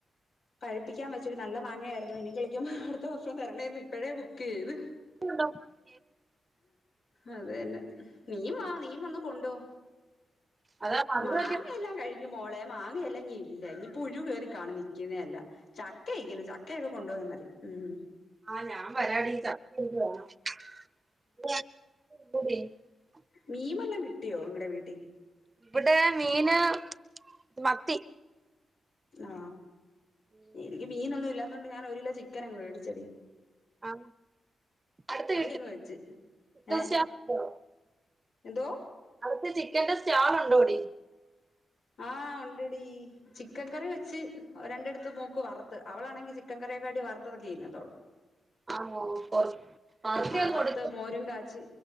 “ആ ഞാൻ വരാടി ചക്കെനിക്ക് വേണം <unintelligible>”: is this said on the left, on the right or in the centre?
Right